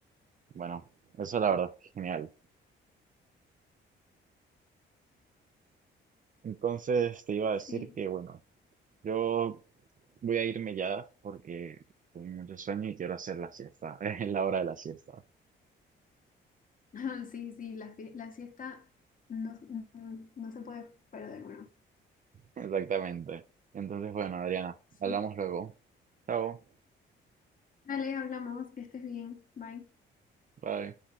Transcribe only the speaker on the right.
Bueno, eso la verdad es genial. Entonces te iba a
decir que, bueno, yo voy a irme ya porque tengo mucho sueño y quiero hacer la siesta, <laughs> Es la hora de la siesta.
Exactamente. Entonces, bueno, Adriana,
hablamos luego. Chao.
Bye.